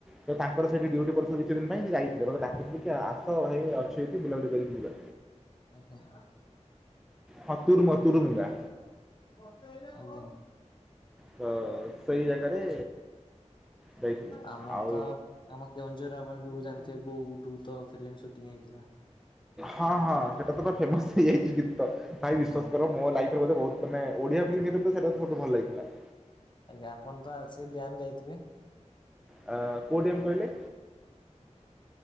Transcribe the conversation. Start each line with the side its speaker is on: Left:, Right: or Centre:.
Centre: ତ ତାଙ୍କର ସେଇଠ
Left: ଆଜ୍ଞା।
Centre: ଡ୍ୟୁଟି ପଡିଛି କିଛି ଦିନ ପାଇଁ ସେ ଯାଇଥିଲେ। <unintelligible> ତ ଭାଇ ମୁଁ ଅଛି ଏଠି ବୁଲାବୁଲି କରିକି ଯିବା।
Left: ଆଜ୍ଞା।
Centre: ହତୁୁର ମତୁରୁ <unintelligible>
Left: ମତେ ହେଇବେ କଣ।
Centre: ହଁ ସେଇ ଜାଗାରେ ଯାଇଥିଲେ
Left: ଆମର
Centre: ଆଉ
Left: ତ ଆମ <unintelligible> ବୋଉ ବୁଟୁ ଭୁତ ଫିଲ୍ମ ସୁଟିଂ ହେଇଥିଲା।
Centre: ହଁ ହଁ ସେଟା ତ ଫେମସ ହେଇଯାଇଛି ଗୀତ ଭାଇ
Left: ଆଜ୍ଞା।
Centre: ବିଶ୍ଵାସ କର। ମୋ ଲାଇଫରେ ଗୋଟେ ବହୁତ ମାନେ ଓଡିଆ ଫିଲ୍ମତ ଭଲ ଲାଗିଥିଲା।
Left: ଆଜ୍ଞା ଆପଣ ତ ସେଇ ଡ୍ୟାମ ଯାଇଥିବେ?
Centre: ଅ କୋଉ ଡ୍ୟାମ୍ କହିଲେ